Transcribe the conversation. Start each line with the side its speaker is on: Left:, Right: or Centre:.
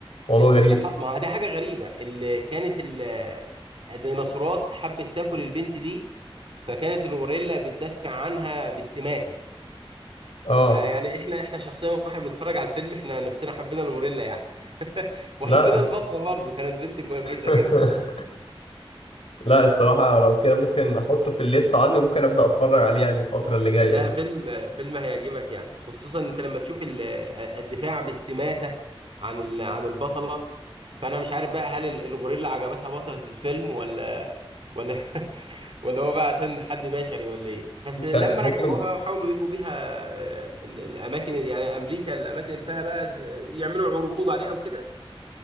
Left: موضوع
Right: ال-
Left: غريب
Right: اللي ح... ما دي حاجة غريبة اللي كانت ال- الديناصورات حبت تاكل البنت دي فكانت الغوريلا بتدافع عنها باستماتة
Left: اه
Right: فيعني احنا احنا شخصيا واحنا بنتفرج على الفيلم احنا نفسنا حبينا الغوريلا يعني <laughs>
Left: لا
Right: وحبينا البطلة برضو كانت بنت كويسة
Left: <laughs>
Right: كده
Left: لا الصراحة لو كده ممكن أحطه في الليست عندي وممكن أبدأ أتفرج عليه يعني الفترة اللي جاية
Right: لا
Left: دي
Right: فيلم فيلم هيعجبك يعني خصوصا انت لما تشوف ال- الدفاع باستماتة عن ال- عن البطلة فانا مش عارف بقى هل ال- الغوريلا عجبتها بطلة الفيلم ولا ولا <laughs> ولا هو بقى عشان حد بشري ولا ايه بس
Left: ممكن
Right: لما
Left: ممكن
Right: رجعوها بقى وحاولوا يجوا بيها آه، ال- الاماكن يعني امريكا الاماكن اللي فيها بقى آه، يعملوا عروض عليها وكده